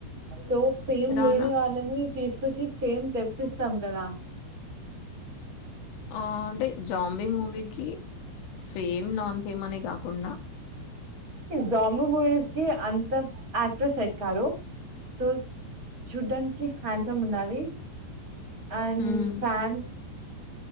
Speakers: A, on the right; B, on the left.
A: సో ఫేమ్
B: రానా
A: లేని వాళ్ళను తీస్ కొచ్చి ఫేమ్ తెప్పిస్తాం కదా
B: ఆ అంటే జాంబీ మూవీకి ఫేమ్ నాన్ ఫేమ్ అనే కాకుండా
A: జాంబీ మూవీస్ కి అంత యాక్టర్ సెట్ కారు సో చూడ్డానికి హ్యాండ్సమ్ ఉండాలి అండ్
B: హ్మ్.
A: ఫ్యాన్స్